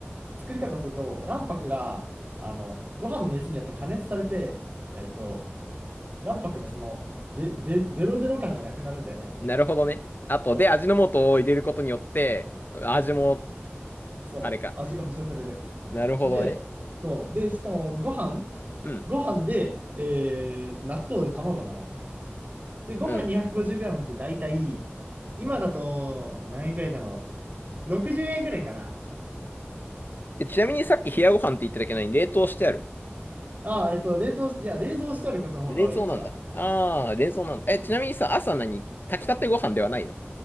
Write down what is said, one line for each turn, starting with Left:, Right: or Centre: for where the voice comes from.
Right: 作り方をすると、卵白が、あの、ご飯の熱によって加熱されて、えっと、卵白のその、で、で、デロデロ感がなくなるんだよね。
Left: なるほどね。あと、
Right: そ
Left: で、味の素を入れることによって、味も、
Right: う、そう、
Left: あれか。
Right: 味が保証される。
Left: なるほどね。
Right: で、そう、で、しかもご飯、
Left: うん、
Right: ご飯で、えーと、納豆で卵なの。で、ご飯
Left: うん。
Right: 250g って大体、今だと何円ぐらいだろう。60円ぐらいかな。
Left: え、ちなみにさっき冷やご飯って言っただけなのに冷凍してあるの
Right: ああ、えっと、冷凍し、いや、冷蔵してあることの方が多い、
Left: 冷蔵なんだ。
Right: うちは。
Left: あー、冷蔵なんだ。え、ちなみにさ、朝何炊きたてご飯ではないの